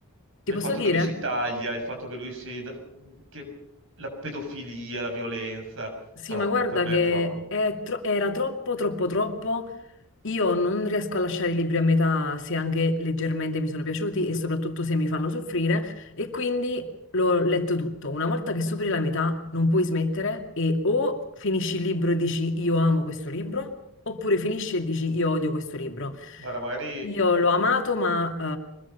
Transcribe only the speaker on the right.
Per
il fatto
che lui si taglia, il fatto che lui si... da- che la pedofilia, la violenza,
troppo,
per me
è troppo.
Guarda, magari